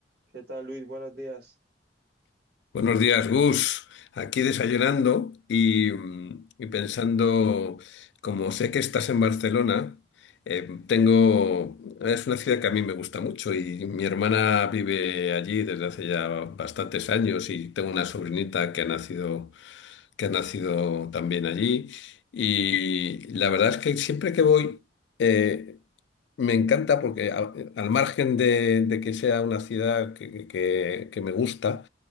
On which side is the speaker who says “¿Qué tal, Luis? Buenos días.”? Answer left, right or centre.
Right